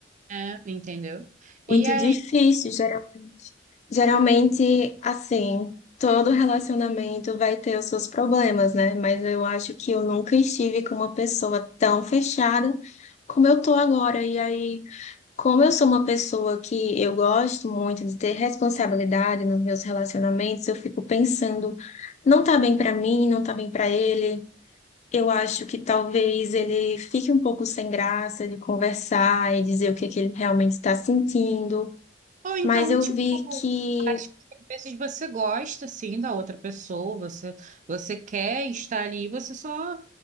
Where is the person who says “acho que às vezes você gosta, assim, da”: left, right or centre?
Right